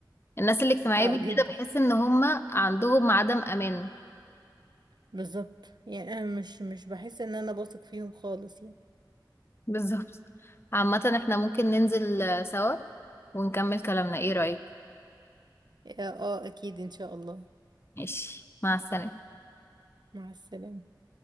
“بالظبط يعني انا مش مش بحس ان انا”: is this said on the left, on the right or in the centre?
Right